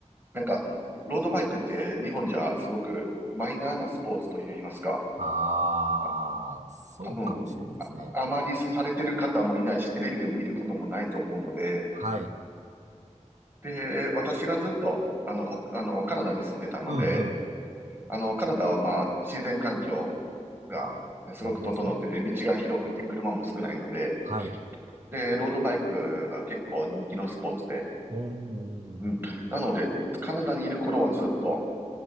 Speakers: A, on the right; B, on the right.
A: なんか、ロードバイクって日本じゃすごくマイナーなスポーツと言いますか、
B: ああ、
A: あ
B: そうかもしれんですね。
A: 多分、あ、あまりされてる方もいないし、テレビでも見ることもないと思うので、
B: はい。
A: で、私がずっと、あの、ほ、あの、カナダに住んでたので、
B: うんうん。
A: あの、カナダはまあ、自然環境がね、
B: ああ、
A: すごく整ってて、
B: 豊富ですね。
A: 道が広くて車も少ないので、
B: はい。
A: で、ロードバイクが結構人気のスポーツで、
B: おー。
A: うん。なので、カナダにいる頃はずっと